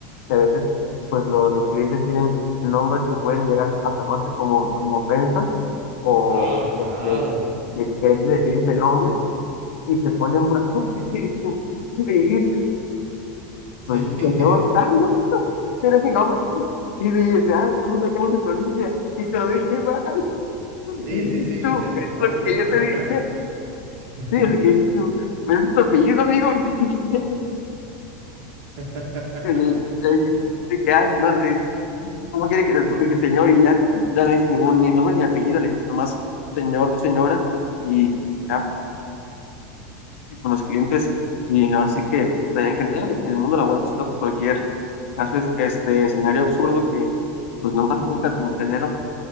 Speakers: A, on the left; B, on the right.
A: que a veces pues lo- los clientes tienen nombres que pueden llegar a tomarse como, como ofensa o,
B: Ah, claro,
A: o que, que, que dices, el nombre y se ponen bravos y <laughs> te dicen, me dijiste
B: sí,
A: pues,
B: <laughs>
A: señor, ay, no, no, pero es mi nombre. Y me dice, ay, ¿cómo, cómo se pronuncia? Y te lo dije mal.
B: sí,
A: Y dices
B: sí, sí, y
A: tú,
B: se lo
A: es
B: toma
A: lo
B: bien
A: que
B: personal.
A: yo te dije.
B: Sí.
A: Sí, es lo que dices tú. Pero es tu apellido, amigo. <laughs>
B: <laughs>
A: Y yo- yo dije, Te quedas, no le dices, ¿cómo quiere que le dice señor? Y ya, ya no le dices ningún ni nombre ni apellido, le dices nomás señor, señora. Y ya, con los clientes y ahora sí que pues, en general en el mundo laboral siento que cualquier caso es este escenario absurdo que pues nomás te toca tu- tenerlo como